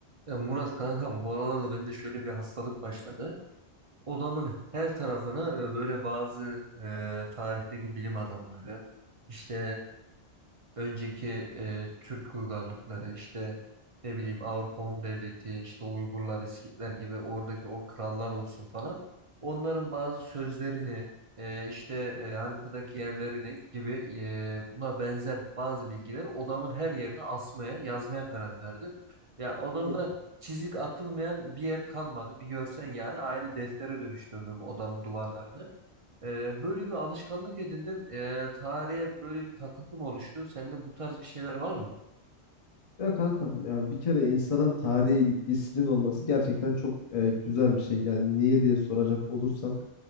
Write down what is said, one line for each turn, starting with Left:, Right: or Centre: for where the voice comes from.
Right: Ya Murat kankam bu aralarda bende şöyle bir hastalık başladı. Odamın her tarafını e, böyle bazı e, tarihteki bilim adamları, işte e, önceki e, Türk uygarlıkları, işte ne bileyim Avrupa Hun Devleti, işte Uygurlar, İskitler gibi oradaki o krallar olsun falan. Onların bazı sözlerini, e, işte e, haritadaki yerlerini gibi e, buna benzer bazı bilgileri odamın her yerine asmaya, yazmaya karar verdim. Ya odamda
Left: Çok Yoksun.
Right: Çizik atılmayan bir yer kalmadı. Bir görsen yani aynı deftere dönüştürdüm odamın duvarlarını. Ee, böyle bir alışkanlık edindim. Ee, tarihe böyle bir takıntım oluştu. Sende bu tarz bir şeyler var mı?
Left: Ya kankam ya bir kere insanın tarihe ilgisinin olması gerçekten çok e, güzel bir şey. Yani niye diye soracak olursan